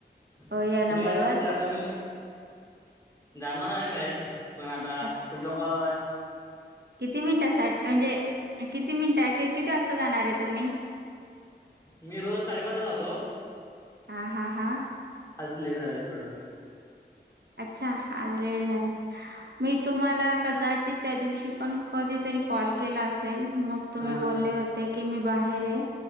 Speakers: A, on the right (about 65°); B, on the left (about 15°).
A: अ
B: फ्री
A: या नंबरवर
B: आहेत म्हणजे, आता मी जाणार आहे बाहेर. पण आता
A: अच्छा
B: तुमचा कॉल आलाय
A: किती मिनिटा साठ म्हणजे किती मिनिट कि किती वाजता जाणार ये तुम्ही?
B: मी रोज साडेपाचला जातो.
A: हा हा हा
B: आजच लेट झालाय थोडा
A: अच्छा आज लेट झालाय मी तुम्हाला कदाचित त्या दिवशी पण कधीतर री कॉल केला असेल. मग तुम्ही
B: हा
A: बोलले
B: हा
A: होते की मी बाहेर आहे